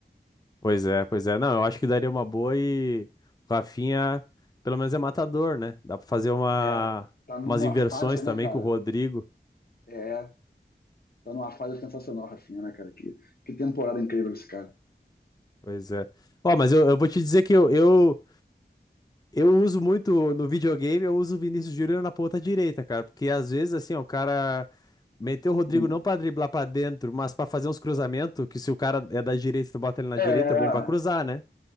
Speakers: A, on the left; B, on the left.
A: Pois é, pois é. Não, eu acho que daria uma boa e o Rafinha, pelo menos é matador, né? Dá pra fazer uma,
B: É, tá numa
A: umas inversões
B: fase, né,
A: também
B: cara?
A: com o Rodrigo.
B: É, tá numa fase sensacional, Rafinha, né, cara? Que, que temporada incrível esse cara.
A: Pois é. Ó, mas eu, eu vou te dizer que eu, eu, eu uso muito no videogame, eu uso o Vinícius Júnior na ponta direita, cara. Porque às vezes, assim, ó, o cara meteu o Rodrigo
B: Hum.
A: não pra driblar pra dentro, mas pra fazer uns cruzamentos, que se o cara é da direita, tu bota ele na
B: É,
A: direita, é bom pra cruzar, né?